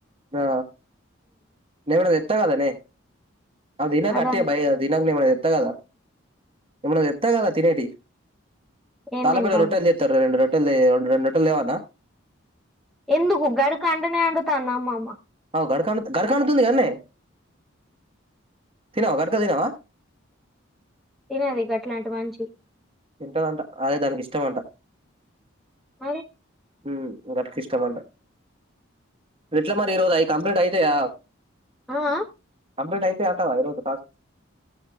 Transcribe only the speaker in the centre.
అదం
ఏం
తింటాను
ఎందుకు గడుక ఉండనే వండుతోంది అమ్మమ్మ.
తినది గట్లాంటి మనిషి.
మరి
ఆ, ఆ.